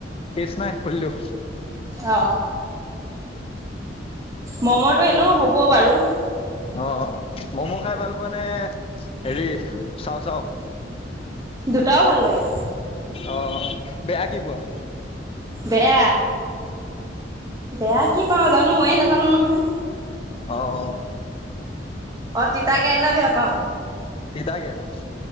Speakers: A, on the left; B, on the right.
A: কেছ নাই খুলিদিও।
B: অ ম'ম'ৰটো এনেও হ'ব বাৰু।
A: অ', ম'ম' খাই ভাল পোৱা নে হেৰি চাও চাও?
B: দুটাও ভাল লাগে।
A: অ বেয়া কি পোৱা?
B: বেয়া বেয়া কি পাওঁ যাত নো ময়ে নাজানোঁ নহয়।
A: অ', অ'।
B: অ', তিতা কেৰেলা বেয়া পাওঁ।
A: তিতা কেৰেলা,